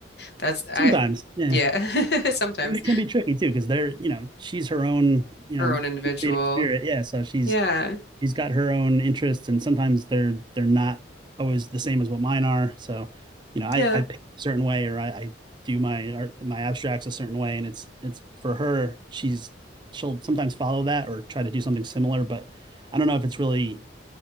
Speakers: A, on the left; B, on the right.
A: That's I
B: Sometimes, yeah,
A: yeah,
B: I
A: <laughs> sometimes
B: mean it can be tricky too because they're you know she's her own you
A: her
B: know
A: own individual.
B: creative spirit, yeah. So she's
A: Yeah.
B: she's got her own interests, and sometimes they're they're not always the same as what mine are. So, you know, I
A: Yeah.
B: I paint a certain way, or I, I do my art, my abstracts a certain way, and it's it's for her. She's she'll sometimes follow that or try to do something similar, but I don't know if it's really